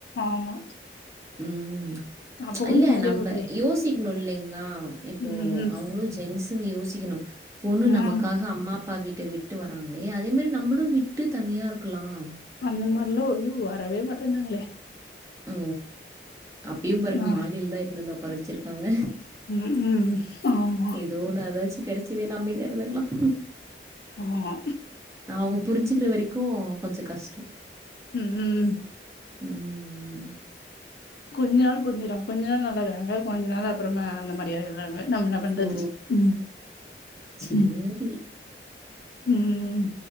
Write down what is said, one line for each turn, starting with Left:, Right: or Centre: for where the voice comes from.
Left: ஆமா
Right: ம்
Left: அப்பவு
Right: இல்ல
Left: நிம்மதியா
Right: நம்ம
Left: வுடலயே
Right: யோசிக்கணும் இல்லைங்களா இப்போ
Left: ம்
Right: அவங்களும் ஜென்ஸு யோசிக்கணும் பொண்ணு
Left: ம்
Right: நமக்காக அம்மா அப்பா வீட்ட விட்டு வராங்களே அதே மாரி நம்மளும் விட்டு தனியா இருக்கலாம்
Left: அந்த மாரிலாம் ஐயோ வரவே மாட்டான்ங்களே
Right: ஓ அப்யும் பாருங்க
Left: ஆ
Right: மாடியில தான் வந்து ஒக்காற வச்சிருக்காங்க
Left: ம் ம் ஆமா
Right: ஏதோ அதாச்சி கிடைச்சதே அமைதியா இருந்துக்கலாம்
Left: ஆமா
Right: அவுங்க புரிஞ்சுக்கிற வரைக்கும் கொஞ்சோ கஷ்டம்
Left: ம் ம் ம்
Right: ம்.
Left: கொஞ்ச நாள் புரிஞ்சுறாங்க கொஞ்ச நாள் நல்லாக்குறாங்க கொஞ்ச நாள் அப்பறமா அந்த மாரி ஆய்றாங்க நம்ம என்ன பண்றது
Right: ஓ!
Left: ம்
Right: சேரி.
Left: ம் ம்